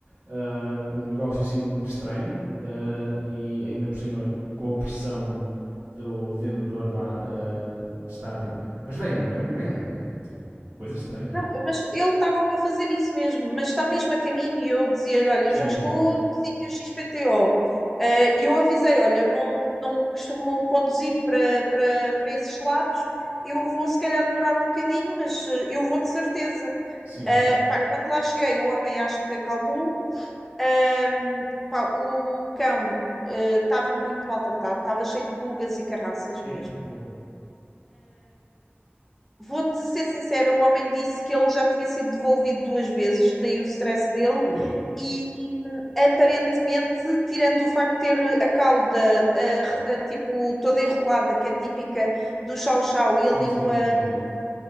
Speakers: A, on the right (about 80°); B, in the centre.
A: ah, um negócio assim estranho, ah, e ainda por cima com a pressão do vendedor vá ah, de estar tipo, mas vem, não vem? Vem. É, tipo, coisa estranha.
B: Não, mas ele estava-me a fazer isso mesmo, mas está mesmo a caminho e eu dizia-lhe, olha, eu
A: Sim,
B: já estou
A: sim.
B: no sítio XPTO. Eh, E eu avisei, olha, eu não, não costumo conduzir para, para, para esses lados, eu vou se calhar demorar um bocadinho, mas eh, eu vou de certeza.
A: Sim,
B: Eh,
A: sim.
B: pá, quando lá cheguei, o homem acho que acalmou. Ahm, pá, o cão eh, estava muito maltratado, estava cheio de pulgas e carraças mesmo.
A: Epa, porra.
B: Vou-te ser sincera, o homem disse que ele já tinha sido devolvido duas vezes, daí o stress dele,
A: Ui.
B: e aparentemente, tirando o facto de ter a cauda a- a- tipo toda enrolada, que é típica do chau-chau,
A: Sim,
B: e a língua
A: sim, eu tenho ideia.